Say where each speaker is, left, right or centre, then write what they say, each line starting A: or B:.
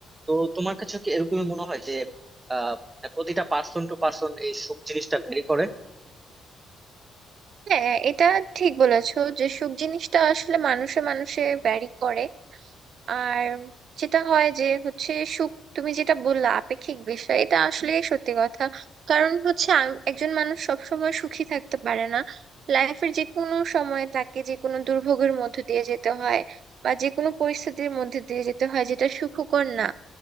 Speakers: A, on the right; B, on the right.
A: তো তোমার কাছে কি এরকমই মনে হয় যে হ্যাঁ, প্রতিটা পার্সন টু পার্সন এই সুখ জিনিসটা ভেরি করে
B: হ্যাঁ এটা ঠিক বলেছো যে সুখ জিনিসটা আসলে মানুষে মানুষে ভ্যারি করে আর যেটা হয় যে হচ্ছে সুখ তুমি যেটা বললা আপেক্ষিক বিষয় এটা আসলে সত্যি কথা কারণ হচ্ছে আম- একজন মানুষ সব সময় সুখী থাকতে পারে না লাইফের যে কোনো সময়ে তাকে যে কোনো দুর্ভোগের মধ্যে দিয়ে যেতে হয় বা যে কোনো পরিস্থিতির মধ্যে দিয়ে যেতে হয় যেটা সুখকর না